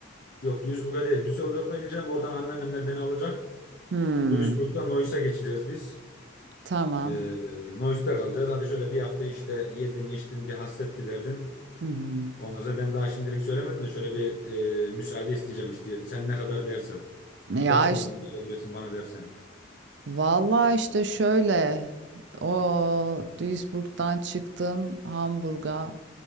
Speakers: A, on the left; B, on the right.
A: e, yok Duisburg'a değil Düsseldorf'a ineceğim. Oradan anneannemler beni alacak.
B: Hmm,
A: Duisburg'dan Neuss'a geçeceğiz biz.
B: tamam.
A: Ee, Nois'ta kalacağız. Hadi şöyle bir hafta işte yedin içtin bir hasret giderdin.
B: Hı hı.
A: Ondan sonra ben daha şimdilik söylemedim de şöyle bir e, müsaade isteyeceğim işte. Sen ne kadar dersen.
B: Ya
A: Hani kaç gün
B: işte
A: gelebilirsin bana dersen.
B: Vallahi işte şöyle o Duisburg'dan çıktın Hamburg'a